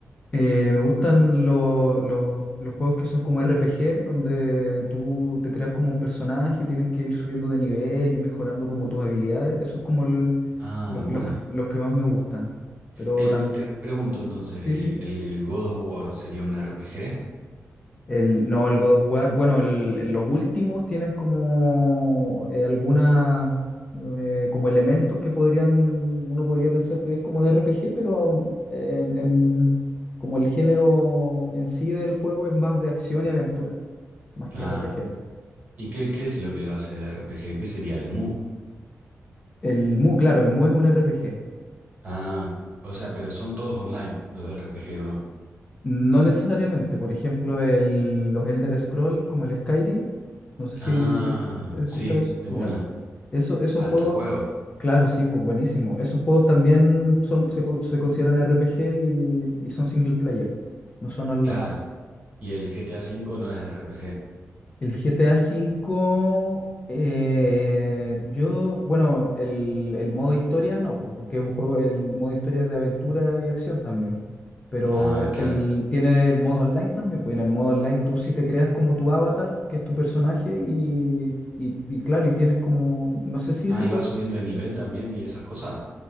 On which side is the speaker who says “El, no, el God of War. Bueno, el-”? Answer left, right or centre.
Left